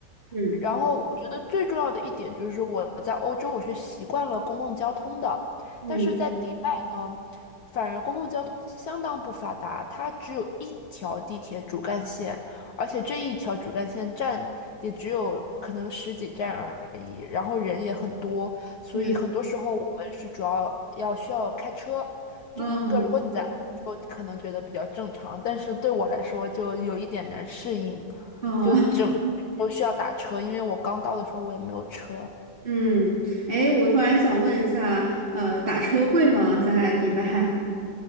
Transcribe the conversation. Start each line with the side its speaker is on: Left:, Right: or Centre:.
Right: 嗯
Left: 然后我觉得最重要的一点就是我在欧洲我是习惯了公共交通的，
Right: 嗯
Left: 但是在迪拜呢，反而公共交通相当不发达，它只有一条地铁主干线，而且这一条主干线站也只有可能十几站而已，然后人也很多，所以很多时候我们是主要要需要开车。
Right: 嗯，哦
Left: 这个如果你在欧洲可能觉得比较正常，但是对我来说就有一点难适应。
Right: 哦
Left: 就整都需要打车，
Right: <laughs>
Left: 因为我刚到的时候我也没有车。
Right: 嗯，哎，我突然想问一下，呃，打车贵吗？在迪拜？